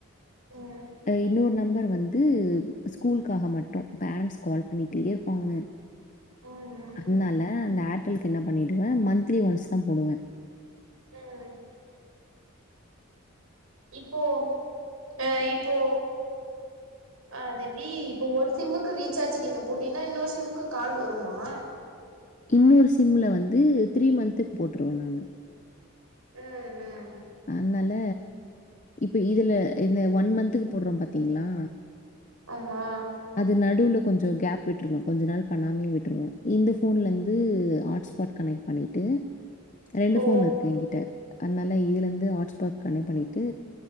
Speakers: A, on the right (about 75°); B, on the left (about 35°).
A: ம்
B: அ இன்னொரு நம்பர் வந்து ஸ்கூலுக்காக மட்டு பேரன்ட்ஸ் கால் பண்ணிட்டே இருப்பாங்க
A: ம்
B: அதனால
A: ம்
B: அந்த ஏர்டெலுக்கு என்ன பண்ணிடுவே மந்த்லி ஒன்ஸ் தா போடுவே
A: ம் இப்போ ஆ இப்போ அது எப்டி இப்ப ஒரு சிம்முக்கு ரீசார்ஜ் நீங்க போட்டீங்னா இன்னொரு சிம்முக்கு கால் வருமா
B: இன்னொரு சிம்ல வந்து த்ரீ மந்த்துக்கு போட்டுருவே நானு
A: ம் ம்
B: அதனால இப்ப இதுல இந்த ஒன் மந்த்துக்கு போட்றோ பாத்தீங்ளா
A: ஆமா
B: அது நடுவுல கொஞ்ச கேப் விட்டுருவோ கொஞ்ச நாள் பண்ணாமயே விட்டுருவே இந்த போன்ல இருந்து ஹாட்ஸ்பாட் கனெக்ட் பண்ணிட்டு ரெண்டு
A: ஓ
B: போன் இருக்கு எங்கிட்ட அதனால இதுலருந்து ஹட்ஸ்பார்ட் பண்ணிட்டு